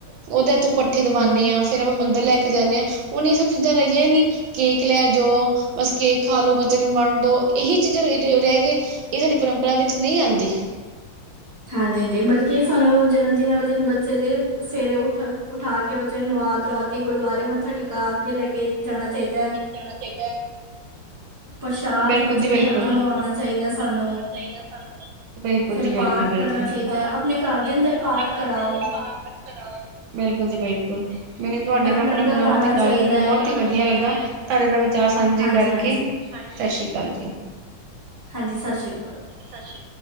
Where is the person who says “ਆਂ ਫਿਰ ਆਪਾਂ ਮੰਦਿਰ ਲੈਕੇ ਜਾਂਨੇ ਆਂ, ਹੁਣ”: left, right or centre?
Right